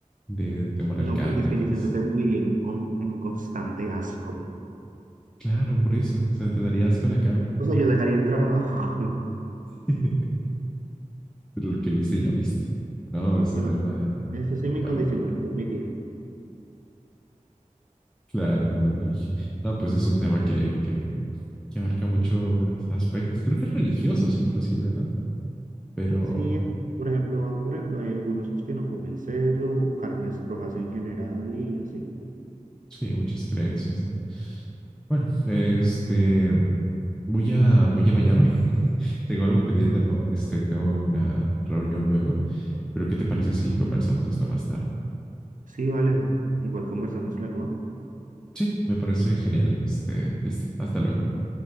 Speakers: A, in the centre; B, on the right.
A: de, de moler
B: no,
A: carne
B: porque es que
A: y todo
B: yo siento
A: eso.
B: que viviría en, con- en constante asco,
A: Claro, por eso, o sea, te daría asco la carne,
B: o sea, yo dejaría el trabajo,
A: <laughs> pero lo que viste
B: <laughs>
A: ya viste. No, es
B: bueno,
A: un tema
B: eso sí mi
A: que
B: condición
A: abarca
B: me lo permitiera.
A: Claro, la religión. No, pues es un tema que, que, que abarca muchos aspectos, creo que religiosos inclusive, ¿no? Pero
B: Sí, por ejemplo, por ejemplo, hay algunos que no comen cerdo o carnes rojas en general y así.
A: sí, muchas creencias, ¿no? Bueno, este, voy a, voy a bañarme. <laughs> Tengo algo pendiente, ¿no? Este, tengo una reunión luego, pero ¿qué te parece si conversamos de esto más tarde?
B: Sí, vale. Igual conversamos luego,
A: Sí, me parece genial. Este, listo, hasta luego.